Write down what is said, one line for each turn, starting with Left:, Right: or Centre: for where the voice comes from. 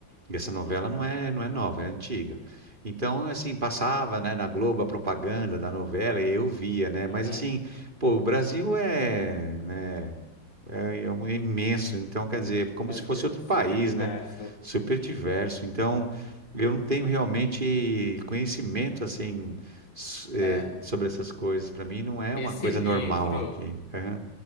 Right: E essa novela não é, não é nova, é antiga. Então, assim, passava, né, na Globo a propaganda da novela e eu via, né? Mas
Left: uhum.
Right: assim, pô, o Brasil é, né? É, é um- é imenso, então quer dizer, é como
Left: É
Right: se fosse
Left: de-
Right: outro
Left: super
Right: país,
Left: diverso.
Right: né? Super diverso. Então, eu não tenho realmente conhecimento assim s- eh,
Left: É,
Right: sobre essas coisas. Para mim, não é
Left: esse
Right: uma coisa
Left: livro.
Right: normal aqui. Aham,